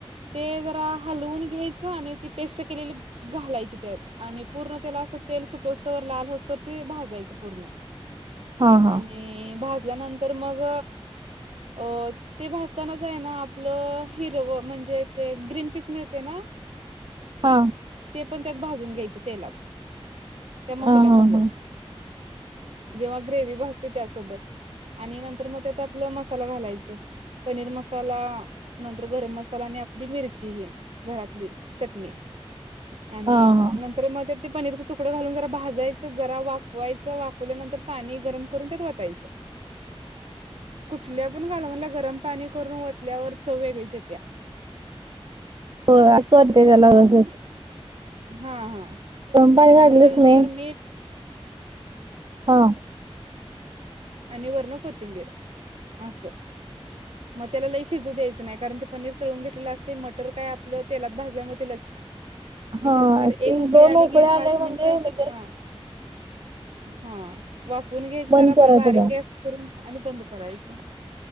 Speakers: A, on the right; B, on the right.
A: ते जरा हलवून घ्यायचं आणि ती पेस्ट केलेली घालायची त्यात आणि पूर्ण त्याला अस तेल सुटोसतवर अस ते लाल असतोवर ते भाजायचं पूर्ण.
B: हा हा.
A: आणि भाजल्यानंतर मग अ. ते भाजतानाच आहे ना आपलं हिरव म्हणजे ते ग्रीन पीस मिळते ना.
B: हा
A: ते पण त्यात भाजून घ्यायचं तेलात त्या मसाल्यासंगच.
B: हा हा हा
A: जेव्हा ग्रेव्ही भासते त्यासोबत आणि नंतर तर मग त्यात आपलं मसाला घालायचं. पनीर मसाला नंतर गरम मसाला आणि आपली मिरची ही घरातली चटणी आणि
B: हा हा
A: न तर मध्ये ते पनीरचा तुकडं घालून जरा भाजायचं जरा वाफवायचं वाफवल्यानंतर पाणी गरम करून त्यात घालायचं. कुठल्या पण घाल म्हटलं गरम पाणी करून वतल्यावर चव वेगळीच येत्या.
B: हो करते त्याला बसच.
A: हा हा
B: पाणी
A: मग
B: घातलीस
A: चवीनुसार
B: नाही.
A: मीठ.
B: हां.
A: आणि वरण कोथिंबीर असं. मग त्याला लई शिजू द्यायचं नाही कारण ते पनीर तळून घेतलेलं असते मटर काय आपलं तेलात भाजल्यामुळे ते लग.
B: हा
A: शिजत एक
B: ती
A: उकळी
B: दोन
A: आली
B: उकळ्या
A: की एक पाच
B: आल्या
A: मिनट
B: म्हणजे
A: हा
B: लगेच
A: हा वाफून घ्यायच
B: बंद
A: जरा
B: करायचा
A: बारीक
B: गॅस.
A: गॅस करून आणि बंद करायचं.